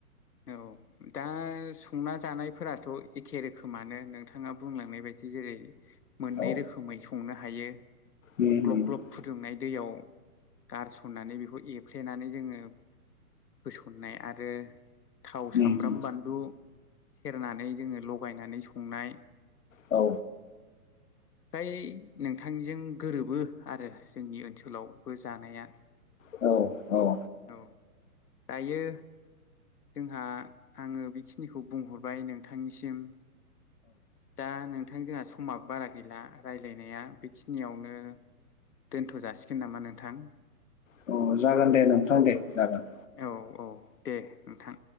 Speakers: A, on the left (about 85°); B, on the left (about 55°).
A: औ दा संना जानायफोराथ' एखे रोखोमानो नोंथाङा बुंलांनाय बायदि जेरै मोननै
B: औ
A: रोखोमै संनो हायो
B: उम
A: ग्लब
B: उम
A: ग्लब फुदुंनाय दैयाव गारसननानै बेखौ एरफ्लेनानै जोङो होसन्नाय आरो थाव सामब्राम
B: उम
A: बानलु सेरनानै जोङो लगायनानै संनाय
B: औ
A: फ्राय नोंथांजों गोरोबो आरो जोंनि ओनसोलावबो जानाया
B: औ औ
A: औ दायो जोंहा आङो बेखिनिखौ बुंहरबाय नोंथांनिसिम दा नोंथां जोंहा समाबो बारा गैला रायलायनाया बेखिनियावनो दोनथ' जासिगोन नामा नोंथां
B: अ जागोन दे नोंथां दे जागोन
A: औ औ दे नोंथां